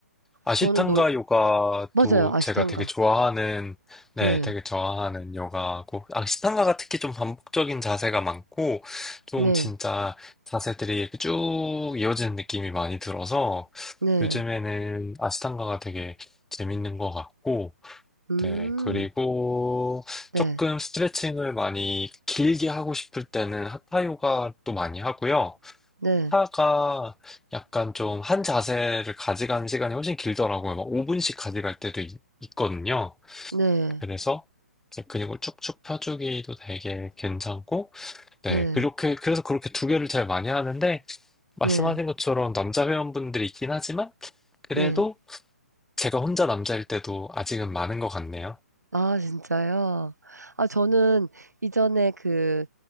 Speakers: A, in the centre; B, on the right.
A: 아시탄가
B: 저는 놀
A: 요가도
B: 맞아요 아시탄가.
A: 제가 되게 좋아하는, 네,
B: 네,
A: 되게 좋아하는 요가고, 아시탄가가 특히 좀 반복적인 자세가 많고, 좀
B: 네,
A: 진짜 자세들이 이렇게 쭉 이어지는 느낌이 많이 들어서,
B: 네,
A: 요즘에는 아시탄가가 되게 재밌는 것 같고,
B: 음,
A: 네, 그리고
B: 네,
A: 조금 스트레칭을 많이 길게 하고 싶을 때는 하타 요가도 많이 하고요.
B: 네,
A: 하타가 약간 좀 한 자세를 가져가는 시간이 훨씬 길더라고요. 막 5분씩 가져갈 때도 있, 거든요
B: 네,
A: 그래서 이제 근육을 쭉쭉 펴주기도 되게 괜찮고, 네,
B: 네,
A: 그렇게, 그래서 그렇게 두 개를 제일 많이 하는데, 말씀하신
B: 네,
A: 것처럼 남자 회원분들이 있긴 하지만, 그래도
B: 네.
A: 제가 혼자 남자일 때도 아직은 많은 것 같네요.
B: 아 진짜요? 아 저는 이전에 그